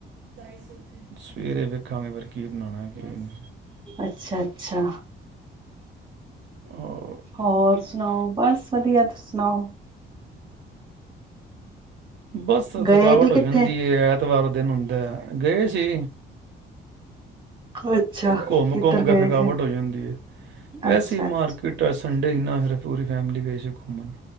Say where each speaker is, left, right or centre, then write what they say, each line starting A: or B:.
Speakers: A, on the right (about 60°); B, on the right (about 25°).
A: <inaudible> ਸਵੇਰੇ ਵੇਖਾਂਗੇ ਫਿਰ ਕੀ‌ ਬਣਾਣਾ ਕੀ ਨਹੀਂ-
B: ਅੱਛਾ- ਅੱਛਾ।
A: ਔਰ
B: ਹੋਰ ਸੁਣਾਓ ਬਸ ਵਧੀਆ ਤੁਸੀਂ ਸੁਣਾਓ।
A: ਬਸ ਥਕਾਵਟ
B: ਗਏ ਨੀ ਕਿੱਥੇ
A: ਹੋ ਜਾਂਦੀ ਏ ਐਤਵਾਰ ਦਿਨ ਹੁੰਦਾ ਗਏ ਸੀ।
B: ਅੱਛਾ
A: ਘੁੰਮ-ਘੁੰਮ
B: ਕਿੱਧਰ
A: ਕੇ
B: ਗਏ
A: ਥਕਾਵਟ
B: ਸੀ
A: ਹੋ ਜਾਂਦੀ ਹੈ। ਵੈਸੀ
B: ਅੱਛਾ ਅੱਛਾ
A: ਮਾਰਕੀਟ ਸੰਡੇ ਸੀ ਨਾ ਸਿਰਫ ਪੂਰੀ ਫੈਮਲੀ ਗਏ ਸੀ ਘੁੰਮਣ